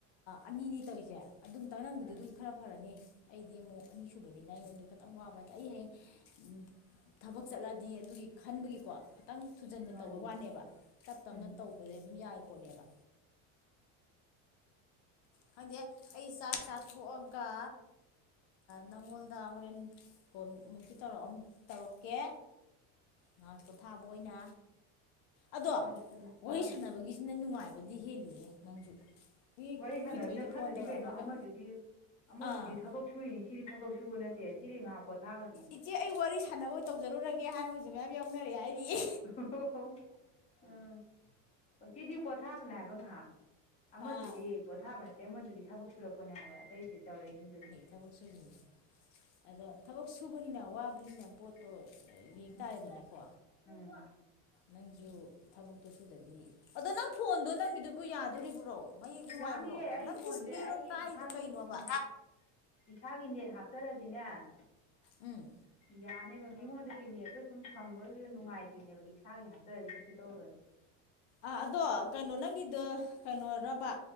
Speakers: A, on the left (about 70°); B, on the left (about 20°).
A: ꯑꯅꯤꯅꯤ ꯇꯧꯔꯤꯁꯦ ꯑꯗꯨꯝ ꯇꯥꯔꯡꯒꯤꯗꯨꯗꯤ
B: ꯎꯝ
A: ꯈꯔ ꯐꯔꯅꯤ ꯑꯩꯗꯤ ꯑꯃꯨꯛ ꯑꯅꯤꯁꯨꯨꯕꯅꯤꯅ ꯑꯩꯉꯣꯟ ꯑꯗꯨ ꯈꯤꯇꯪ ꯋꯥꯕ ꯍꯥꯏ ꯇꯔꯦꯅꯦ ꯑꯩ ꯍꯌꯦꯡ ꯊꯕꯛ ꯆꯠꯂꯗꯤ ꯑꯗꯨꯒꯤ ꯈꯟꯕꯒꯤꯀꯣ ꯈꯤꯇꯪ ꯊꯨꯖꯟꯅ
B: ꯃꯥꯅꯦ
A: ꯇꯧꯕꯩ ꯋꯥꯅꯦꯕ ꯇꯞ ꯇꯞꯅ
B: ꯎꯝ
A: ꯇꯧꯕꯁꯦ ꯑꯗꯨꯝ ꯌꯥꯏ ꯄꯣꯠꯅꯦꯕ ꯈꯪꯗꯦ ꯑꯩ ꯆꯥꯛ ꯆꯥꯊꯣꯛꯑꯒ ꯅꯪꯉꯣꯟꯗ ꯍꯣꯔꯦꯟ ꯀꯣꯜ ꯑꯃꯨꯛꯇꯤ ꯇꯧꯔꯛꯑꯝ ꯇꯧꯔꯛꯑꯝꯒꯦ ꯉꯥꯏꯍꯥꯛ ꯄꯣꯊꯥꯕ ꯑꯣꯏꯅ ꯑꯗꯣ
B: ꯑꯥ
A: ꯋꯥꯔꯤ ꯁꯥꯟꯅꯕꯒꯤꯁꯤꯅ ꯅꯨꯡꯉꯥꯏꯕꯗꯤ ꯍꯦꯜꯂꯤꯍꯦ ꯅꯪꯁꯨ ꯃꯤ
B: ꯋꯥꯔꯤ ꯁꯥꯟꯅꯁꯤꯅ
A: ꯈꯣꯏꯊꯣꯏꯗ
B: ꯐꯠꯇꯗꯤ
A: ꯐꯣꯟ ꯇꯧꯔꯛꯑꯝꯃꯒ
B: ꯀꯩꯅꯣ ꯑꯃꯗꯨꯗꯤ ꯑꯃꯗꯨꯗꯤ
A: ꯑꯥ
B: ꯊꯕꯛ ꯁꯨꯔꯤꯅꯤ ꯁꯤꯗꯤ ꯊꯕꯥꯛ ꯁꯨꯕ ꯅꯠꯇꯦ ꯁꯤꯗꯤ ꯉꯥꯏꯍꯥꯛ ꯄꯣꯊꯥꯕꯅꯤ
A: ꯏꯆꯦ ꯑꯩ ꯋꯥꯔꯤ ꯁꯥꯟꯅꯕ ꯇꯧꯖꯔꯨꯔꯒꯦ ꯍꯥꯏꯕꯁꯨ ꯃꯌꯥꯝ ꯌꯥꯎꯅꯔꯦ ꯍꯥꯏꯔꯤꯌꯦ
B: <unintelligible> ꯎꯝ ꯑꯣ ꯁꯤꯗꯤ ꯄꯣꯊꯥꯕꯅꯦꯕ ꯉꯩꯏꯍꯥꯛ ꯑꯃꯗꯨꯗꯤ
A: ꯑꯥ
B: ꯄꯣꯊꯥꯕ ꯅꯠꯇꯦ ꯑꯃꯗꯨꯗꯤ ꯊꯕꯛ ꯁꯨꯔꯛꯄꯅꯦ ꯍꯥꯏꯕ ꯑꯇꯩꯗꯤ ꯇꯧꯔꯛꯏꯁꯤꯡꯗꯨꯗꯤ
A: ꯊꯥꯕꯛ ꯁꯔꯤꯝ ꯑꯗꯣ ꯊꯕꯛ ꯁꯨꯕꯅꯤꯅ ꯋꯥꯕꯅꯤꯅ ꯄꯣꯠꯇꯣ ꯌꯦꯡ
B: ꯎꯝ
A: ꯇꯥꯔꯦꯗꯅꯀꯣ
B: ꯎꯝ
A: ꯅꯪꯁꯨ ꯊꯕꯛꯇꯨ ꯁꯨꯗꯗꯤ ꯑꯗꯣ ꯅꯪ ꯐꯣꯟꯗꯣ ꯅꯪꯒꯤꯗꯨꯕꯨ ꯌꯥꯗꯣꯔꯤꯕ꯭ꯔꯣ ꯃꯌꯦꯛ ꯅꯨꯡꯉꯥꯏꯕ꯭ꯔꯣ
B: ꯌꯥꯅꯤꯌꯦ ꯑꯩ
A: ꯅꯪ
B: ꯐꯣꯟꯁꯦ
A: ꯗꯤꯁꯄ꯭ꯂꯦꯔꯣ
B: ꯑꯩꯒꯤ
A: ꯀꯥꯏꯗꯣ
B: ꯏꯁꯥꯒꯤ
A: ꯀꯩꯅꯣꯕ
B: ꯎꯝ ꯏꯁꯥꯒꯤ ꯅꯦꯠ ꯍꯥꯞꯆꯔꯗꯤꯅꯦ
A: ꯎꯝ
B: ꯌꯥꯅꯦꯕ ꯃꯤꯉꯣꯟꯗꯒꯤ ꯅꯦꯠꯇ ꯁꯨꯝ ꯊꯝꯕꯁꯨ ꯅꯨꯡꯉꯥꯏꯇ꯭ꯣꯏꯅꯦꯕ ꯏꯁꯥꯒꯤ ꯍꯥꯞꯆꯔꯗꯤ ꯀꯩꯁꯨ ꯇꯧꯔꯣꯏꯕ
A: ꯑ ꯑꯗꯣ ꯀꯩꯅꯣ ꯅꯪꯗꯨ ꯀꯩꯅꯣꯔꯕ